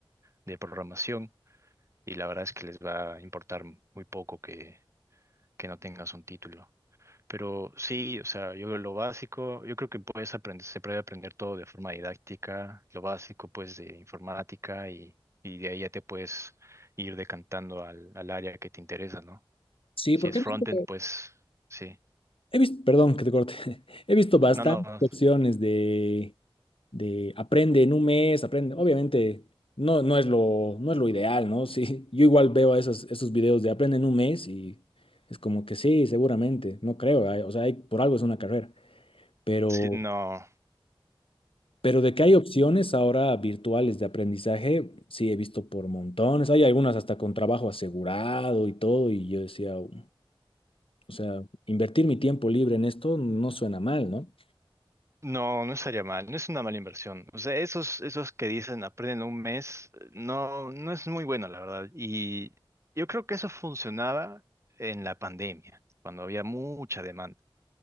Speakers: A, on the right; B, on the left.
A: de programación. Y la verdad es que les va a importar muy poco que, que no tengas un título. Pero sí, o sea, yo lo básico, yo creo que puedes aprender, se puede aprender todo de forma didáctica, lo básico pues de informática y, y de ahí ya te puedes ir decantando al, al área que te interesa, ¿no?
B: Sí,
A: Si
B: porque
A: es frontend,
B: he visto,
A: pues sí.
B: he visto, perdón que te corte, <laughs> he visto bastantes
A: No, no, no,
B: opciones de de aprende en un mes, aprende. Obviamente, no, no es lo, no es lo ideal, ¿no? <laughs> Sí, yo igual veo esos, esos videos de aprende en un mes y es como que sí, seguramente, no creo, hay- o sea, hay- por algo es una carrera, pero,
A: sí, no,
B: pero de que hay opciones ahora virtuales de aprendizaje, sí, he visto por montones, hay algunas hasta con trabajo asegurado y todo, y yo decía, o sea, invertir mi tiempo libre en esto no suena mal, ¿no?
A: no, no estaría mal, no es una mala inversión. O sea, esos, esos que dicen aprenden un mes, no, no es muy bueno, la verdad. Y yo creo que eso funcionaba en la pandemia, cuando había mucha demanda.